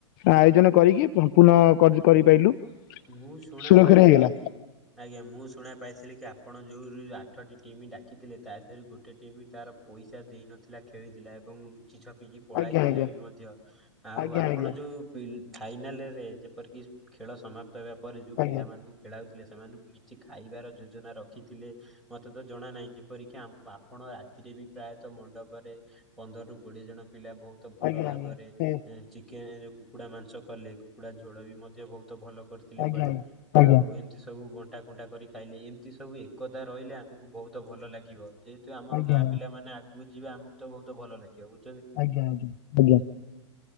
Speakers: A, on the left (about 45°); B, in the centre.
A: ଆୟୋଜନ କରିକି ପୂର୍ଣ୍ଣ କରି କରିପାରିଲୁ।
B: ମୁଁ ଶୁଣା
A: ସୁରକ୍ଷରେ
B: ପାଇଥିଲି
A: ହେଇଗଲା।
B: କି? ଆଜ୍ଞା ମୁଁ ଶୁଣା ପାଇଥିଲି କି ଆପଣ ଯୋଉ ଆଠଟି ଟିମ୍ ଡାକିଥିଲେ ତା ଦେହରେ ଗୋଟେ ଟିମ୍ ତାର ପଇସା ଦେଇ ନଥିଲା ଖେଳିଥିଲା ଏବଂ ଲୁଚି ଛପିକି ପଳାଇଥିଲେ
A: ଆଜ୍ଞା ଆଜ୍ଞା
B: ବି ମଧ୍ୟ ଆଉ
A: ଆଜ୍ଞା
B: ଆପଣ
A: ଆଜ୍ଞା
B: ଯୋଉ ଫାଇନାଲରେ ଯେପରିକି ଖେଳ ସମାପ୍ତ ହେବା ପରେ ଯୋଉ
A: ଆଜ୍ଞା
B: ପିଲାମାନଙ୍କୁ ଖେଳାଉଥିଲେ ସେମାନଙ୍କୁ କିଛି ଖାଇବାର ଯୋଜନା ରଖିଥିଲେ? ମତେ ତ ଜଣା ନାହିଁ ଯେପରିକି ଆପଣ ରାତିରେ ବି ପ୍ରାୟତଃ ମଣ୍ଡପରେ ପନ୍ଦରରୁ କୋଡିଏ ଜଣ ପିଲା ବହୁତ ଭଲ
A: ଆଜ୍ଞା
B: ଭାବରେ
A: ଆଜ୍ଞା ସେ
B: ଚିକେନ କୁକୁଡ଼ା ମାଂସ କଲେ, କୁକୁଡ଼ା ଝୋଳ ବି ମଧ୍ୟ ବହୁତ ଭଲ କରିଥିଲେ
A: ଆଜ୍ଞା।
B: କୁଆଡେ,
A: ଆଜ୍ଞା
B: ଆଉ ଏ ଏମତି ସବୁ ବଣ୍ଟା କୁଣ୍ଟା କରି ଖାଇଲେ, ଏମିତି ସବୁ ଏକତା ରହିଲେ ଆମକୁ ବହୁତ ଭଲ ଲାଗିବ, ଯେ ତ
A: ଆଜ୍ଞା
B: ଆମର ଗାଁ ପିଲା ମାନ ଆଗକୁ ଯିବେ ଆମକୁ ତ ବହୁତ ଭଲ ଲାଗିବ, ବୁଝେ
A: ଆଜ୍ଞା ଆଜ୍ଞା